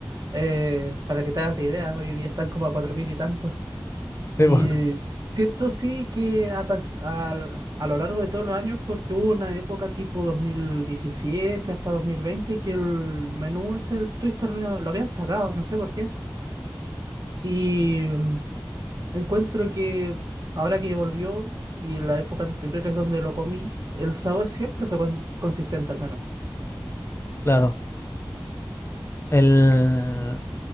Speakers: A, on the right; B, on the left.
A: Eh, para que te hagas la idea, hoy día están como a cuatro mil y tantos. Y
B: Sí, po,
A: s- siento sí que ha pas- al- a, lo largo de todos los años, porque hubo una época tipo 2017 hasta 2020 que el menú ese, el Twister, no- lo habían sacado, no sé por qué. Y mm, encuentro que ahora que volvió y en la época anterior es donde lo comí, el sabor siempre fue con- consistente al menos.
B: claro. El,